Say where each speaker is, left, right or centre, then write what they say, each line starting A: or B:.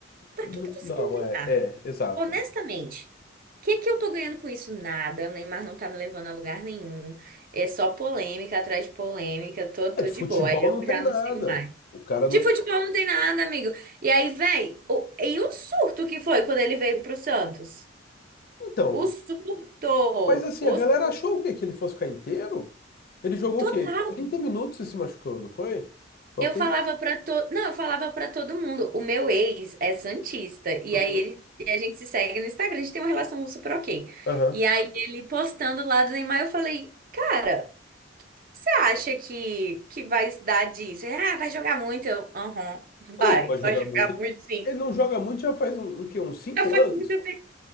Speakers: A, on the right; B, on the left.
A: pra
B: N-
A: que que eu tô seguindo
B: Não,
A: o Neymar?
B: é, é, exato.
A: Honestamente, o que que eu tô ganhando com isso? Nada. O Neymar não tá me levando a lugar nenhum. É só polêmica atrás de polêmica. Tô, tô
B: É, de
A: de
B: futebol
A: boa. Aí eu
B: não tem
A: já
B: nada.
A: não sigo mais.
B: O cara não.
A: De futebol não tem nada, amigo. E aí, véi, o, e o surto que foi quando ele veio pro Santos?
B: Então,
A: O surto!
B: Mas assim,
A: O
B: a galera
A: surto
B: achou o quê? Que ele fosse ficar inteiro? Ele jogou
A: total.
B: o quê? trinta minutos e se machucou, não foi? Foi
A: Eu
B: uma coisa.
A: falava pra todo, não, eu falava pra todo mundo. O meu ex é santista e
B: Uhum.
A: aí ele e a gente se segue no Instagram, a gente tem uma relação super ok.
B: Aham.
A: E aí ele postando lá do Neymar, eu falei: "Cara, você acha que que vai dar disso?" Ele, ah, vai jogar muito. Eu, aham,
B: Como
A: vai,
B: vai jogar
A: vai jogar
B: muito? Ele
A: muito sim.
B: ele não joga muito já faz um, um quê? Uns cinco
A: Eu faço
B: anos?
A: muito tempo.